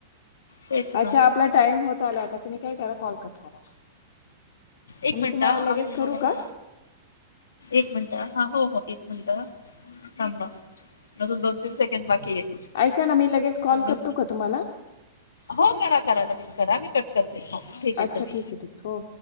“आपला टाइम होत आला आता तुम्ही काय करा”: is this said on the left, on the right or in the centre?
Left